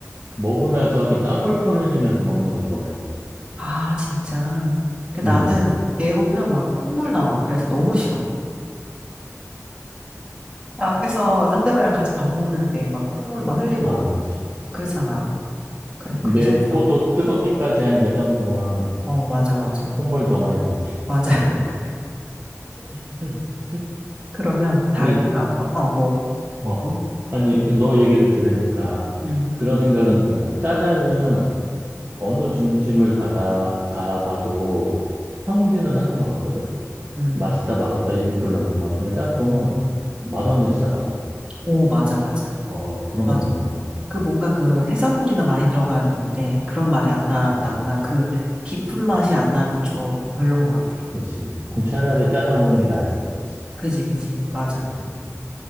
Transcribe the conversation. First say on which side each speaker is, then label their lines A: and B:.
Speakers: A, on the right; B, on the right.
A: 먹으면서 이렇게 땀 뻘뻘 흘리면서 먹는 거 좋아해.
B: 아, 진짜. 그 나는
A: 음,
B: 애 오면 막 콧물 나와. 그래서 너무 싫어. 나 앞에서 상대방이랑 같이 밥 먹는데 막 콧물 막 흘리고
A: 아,
B: 그러고.
A: 그렇지.
B: 그렇잖아. 그래서
A: 맵고
B: 그게 싫더라고.
A: 또 뜨겁기까지 하니까 짬뽕은
B: 어, 맞아, 맞아.
A: 콧물 더 많이 나지.
B: 맞아. <laughs>
A: <laughs>
B: 그러면 다른,
A: 근데,
B: 다른 거, 어, 뭐,
A: 어,
B: 뭐?
A: 그래. 아니, 그 너 얘기를 들으니까
B: 음,
A: 그런 생각은 든다. 짜장은 어느 중국집을 가다, 가봐도 평균은 하는 것 같거든?
B: 음.
A: 맛있다, 맛없다, 이게 별로 없는 것 같은데, 짬뽕은 맛없네, 진짜 맛없어.
B: 오, 맞아, 맞아.
A: 어, 그런
B: 맞아.
A: 건 있는 것 같아.
B: 그 뭔가 그 해산물이나 많이 들어가야 되는데 그런 말이 안 난다거나
A: 그치,
B: 그 깊은 맛이 안 나면 좀 별론 것 같아.
A: 그치.
B: 어,
A: 그럼 차라리 짜장 먹는 게 나을 수도 있지.
B: 그지, 그지. 맞아.
A: 그치.